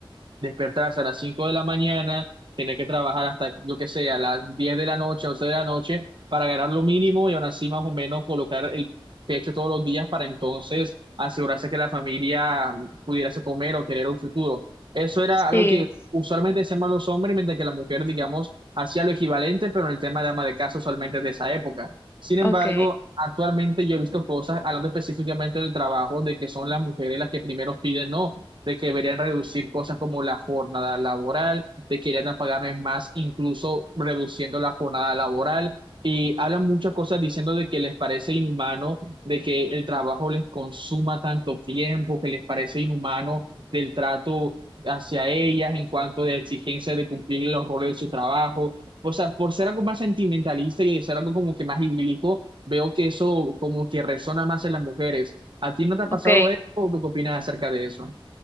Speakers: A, on the right (about 60°); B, on the left (about 25°).
A: despertarse a las 5 de la mañana, tener que trabajar hasta, yo qué sé, a las 10 de la noche, 11 de la noche, para ganar lo mínimo y aún así más o menos colocar el pecho todos los días para entonces asegurarse que la familia pudiese comer o tener un futuro. Eso era
B: Sí.
A: algo que usualmente hacían los hombres, mientras que la mujer, digamos, hacía lo equivalente, pero en el tema de ama de casa usualmente de esa época. Sin embargo,
B: Ok,
A: actualmente yo he visto cosas, hablando específicamente del trabajo, de que son las mujeres las que primero piden, no, de que deberían reducir cosas como la jornada laboral, de que deberían pagarme más, incluso reduciendo la jornada laboral. Y hablan muchas cosas diciendo de que les parece inhumano, de que el trabajo les consuma tanto tiempo, que les parece inhumano del trato hacia ellas en cuanto de exigencia de cumplir los roles de su trabajo. O sea, por ser algo más sentimentalista y ser algo como que más idílico, veo que eso como que resona más en las mujeres. ¿A ti no te ha pasado
B: ok.
A: eso o tú qué opinas acerca de eso?